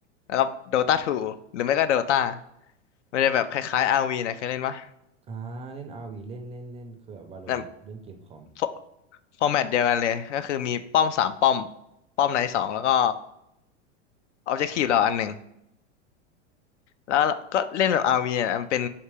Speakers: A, on the left; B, on the right.
A: แล้วก็โดตาทูหรือไม่ก็ Dota มันจะแบบคล้ายๆ r ีนะเคยเล่นปะ
B: อ่าเล่นอาร์วีเล่นเล่นเล่นคือแบบว่าเราไม่ชอบเล่นเกมคอม
A: แต่ฟอฟอร์แมตเดียวกันเลยก็คือมีป้อมสามป้อมป้อมไหนสองแล้วก็ออบเจกตีฟเราอันหนึ่ง แล้วก็เล่นแบบ RV เนี่ยมันเป็น